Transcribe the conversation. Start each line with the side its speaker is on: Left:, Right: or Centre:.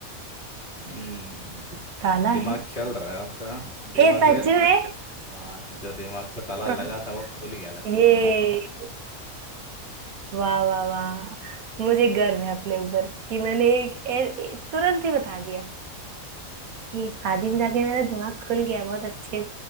Left: हम्म,
Right: ताला
Left: दिमाग
Right: है
Left: चल रहा है आपका दिमाग
Right: हे सच
Left: पे
Right: में
Left: हाँ जो दिमाग पे ताला
Right: <laughs>
Left: लगा था वो खुल गया लगता
Right: ये
Left: है
Right: वाह वाह वाह मुझे गर्व है अपने ऊपर कि मैंने एक, ए- ए- तुरंत ही बता दिया ये शादी में जाके मेरा दिमाग खुल गया बहुत अच्छे